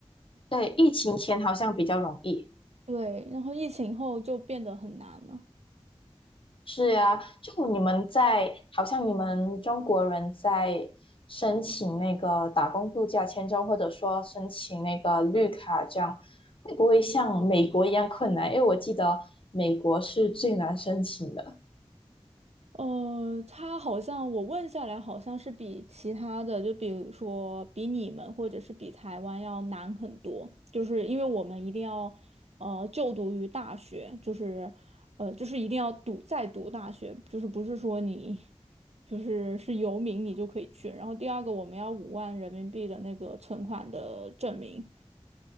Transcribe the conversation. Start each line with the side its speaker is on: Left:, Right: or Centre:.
Left: 对，疫情前好像比较容易。
Right: 对，然后疫情后就变得很难了。
Left: 是啊，就你们在，好像你们中国人在申请那个打工度假签证，或者说申请那个绿卡，这样会不会像美国一样困难？因为我记得美国是最难申请的。
Right: 呃，他好像我问下来，好像是比其他的，就比如说比你们或者是比台湾要难很多，就是因为我们一定要呃就读于大学，就是呃就是一定要读再读大学，就是不是说你就是是游民你就可以去。然后第二个我们要五万人民币的那个存款的证明，